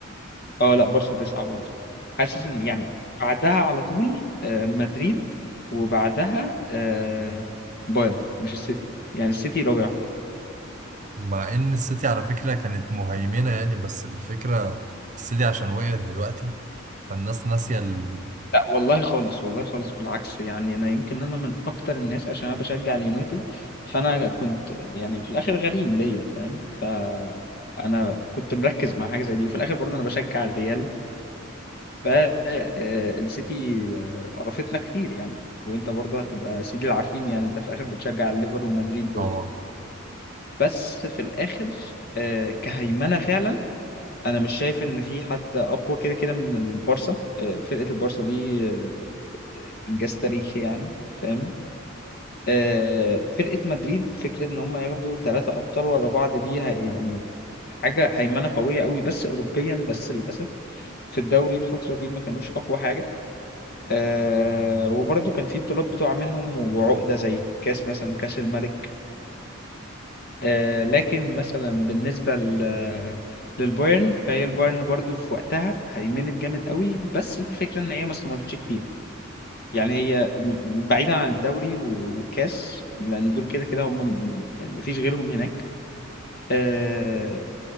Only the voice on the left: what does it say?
اه لا بارسا تسعة برضه حاسس ان يعني بعدها على طول آه، مدريد وبعدها آه، بايرن مش السيتي يعني السيتي رابع
لا والله خالص والله خالص بالعكس يعني انا يمكن انا من اكتر الناس عشان انا بشجع اليونايتد فانا كنت يعني في الاخر غريم ليا فاهم فانا كنت مركز مع حاجه زي دي وفي الاخر برضه انا بشجع الريال فالسيتي قرفتنا كتير يعني وانت برضه هتبقى سيدي العارفين يعني انت في الاخر بتشجع الليفر ومدريد برضه
بس في الاخر آه، كهيمنه فعلا انا مش شايف ان في حد اقوى كده كده من البارسا آه، فرقه البارسا دي آه، انجاز تاريخي يعني فاهم آه فرقه مدريد فكره ان هم ياخدوا ثلاثه ابطال ورا بعض دي هي- يعني حاجه هيمنه قويه قوي بس اوروبيا بس للاسف في الدوري الفتره دي ما كانوش اقوى حاجه آه وبرضه كان في بطولات بتقع منهم وعقده زي كاس مثلا كاس الملك آه لكن مثلا بالنسبه ل للبايرن فهي البايرن برضو في وقتها هيمنت جامد قوي بس الفكره ان هي ما استمرتش كتير يعني هي م- بعيدا عن الدوري و- والكاس لان دول كده كده هم م- يعني مفيش غيرهم هناك آه،